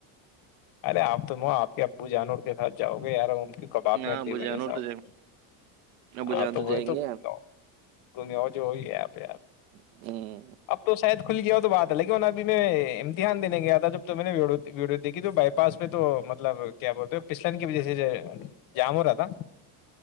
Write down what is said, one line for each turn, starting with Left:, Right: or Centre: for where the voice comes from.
Left: ارے آپ تم آپ کے ابو جانور کے ساتھ جاؤ گے یار کی کب آاب
Right: ہاں
Left: نے ہڈے
Right: ابو
Left: بنے
Right: جان اور
Left: صاحب
Right: تو جائیں گے ابو
Left: ہاں
Right: جان
Left: تو وہی
Right: جائیں
Left: تو
Right: گے
Left: گ گ جوئی ہے آپ پ آپ
Right: ہ
Left: اب تو شاید کھل گیا ہو تو بات ہے لیکن ابھی میں امتحان دینے گیا تھا جب تو میں نے وڑ ویڈیو دیکھی تو بائی پاس پہ تو مطلب کیا بولتے ہو پچلن کی وجہ سے جام ہو رہا تھا